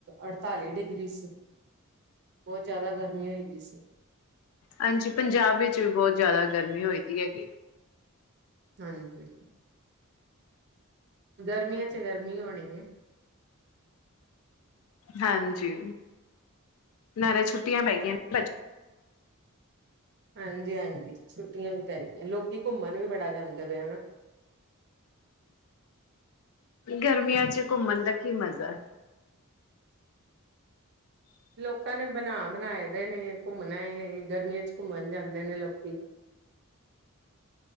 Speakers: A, on the right; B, on the left.
A: ਅੜਤਾਲੀ ਡਿਗਰੀ ਸੀ ਬਹੁਤ ਜ਼ਿਆਦਾ ਗਰਮੀ ਹੋਈ ਦੀ ਸੀ
B: ਹਾਂਜੀ ਪੰਜਾਬ ਵਿੱਚ ਵੀ ਬਹੁਤ ਜਿਆਦਾ ਗਰਮੀ ਹੋਈ ਦੀ ਹੈਗੀ ਐ।
A: ਹਾਂਜੀ। <unintelligible> ਗਰਮੀਆਂ ਚ ਗਰਮੀ ਹੋਣੀ ਐ।
B: ਹਾਂਜੀ, ਨਾਲੇ ਛੁੱਟੀਆਂ ਪੈ ਗਈਆਂ ਨੇ ਬਚ
A: ਹਾਂਜੀ-ਹਾਂਜੀ ਛੁੱਟੀਆਂ ਵੀ ਪੈ ਗਿਆਂ ਲੋਕੀ ਘੁੰਮਨ ਵੀ ਬੜਾ ਜਾਂਦੇ ਪਏ ਹਨਾ।
B: ਗਰਮੀਆਂ ਚ ਘੁੰਮਨ ਦਾ ਕੀ ਮਜ਼ਾ ਐ?
A: ਲੋਕਾਂ ਨੇ ਬਨਾ ਬਨਾਏ ਦੇ ਨੇ, ਘੁੰਮਨਾ ਏ ਗਰਮੀਆਂ ਚ ਘੁੰਮਣ ਜਾਂਦੇ ਨੇ ਲੋਕੀ।